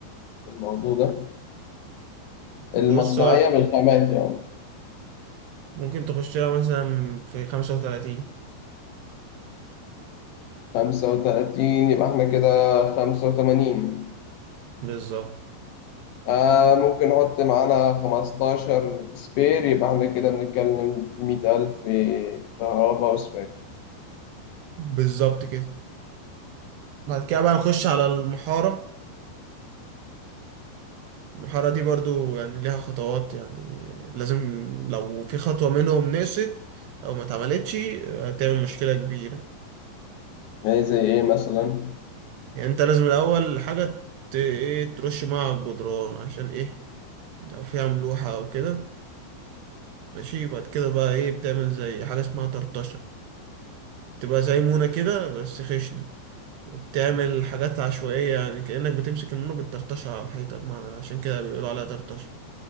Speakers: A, on the left; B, on the right.
A: الموضوع ده
B: بص
A: المصنعية بالخامات يعني
B: ممكن تخش لها مثلا في 35
A: خمسة وتلاتين يبقى احنا كده خمسة وتمانين
B: بالظبط
A: آه ممكن نحط معانا خمستاشر سبير يبقى احنا كده بنتكلم في مية ألف كهرباء وسباك
B: بالظبط كده بعد كده بقى نخش على المحارة المحارة دي برضو يعني ليها خطوات يعني لازم لو في خطوة منهم نقصت أو ما اتعملتش هتعمل مشكلة كبيرة
A: آه، زي ايه مثلا
B: يعني أنت لازم الأول حاجة ت- إيه ترش مع الجدران عشان إيه لو فيها ملوحة أو كده ماشي بعد كده بقى إيه بتعمل زي حاجة اسمها طرطشة تبقى زي مونة كده بس خشنة وبتعمل حاجات عشوائية يعني كأنك بتمسك النور بتطرطشها على الحيطة بمعنى عشان كده بيقولوا عليها طرطشة